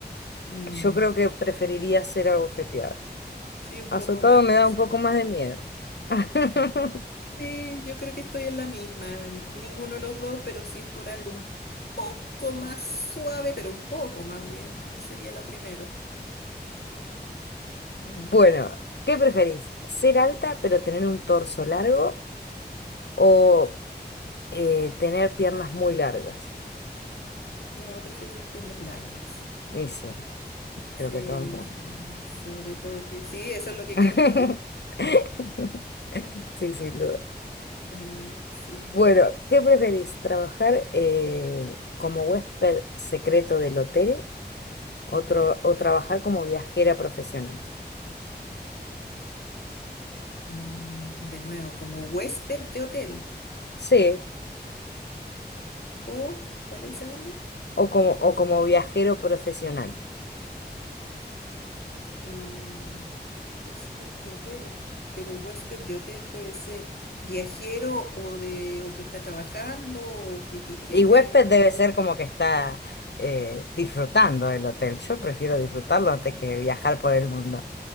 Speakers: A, on the left; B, on the left.
A: Mm,
B: Yo creo que preferiría ser abofeteada.
A: sí, un
B: Azotado
A: poco más
B: me
A: eso.
B: da un poco más de miedo. <laughs>
A: Sí, yo creo que estoy en la misma. n- Ninguno de los dos, pero sí es por algo un poco más suave, pero un poco más bien, eh, sería lo primero. Mm,
B: Bueno, ¿qué preferís? ¿Ser alta pero tener un torso largo o eh, tener piernas muy largas?
A: no, prefiero las piernas largas.
B: Y sí, creo
A: Sí,
B: que todo el mundo.
A: sí, sobre todo que sí, eso es lo que
B: <laughs>
A: quieren todos.
B: Sí, sin duda.
A: Eh, sí.
B: Bueno, ¿qué preferís? ¿Trabajar eh, como huésped secreto del hotel o, tro- o trabajar como viajera profesional?
A: Mm, de nuevo, como huésped de hotel.
B: Sí,
A: O, ¿cuál es el segundo?
B: o como, o como viajero profesional.
A: Eh, huésped de hotel. Pero huésped de hotel puede ser viajero o de o que está trabajando o que, que, que
B: Y huésped
A: de.
B: debe ser como que está eh, disfrutando del hotel. Yo prefiero disfrutarlo antes
A: Ah,
B: que viajar por el mundo.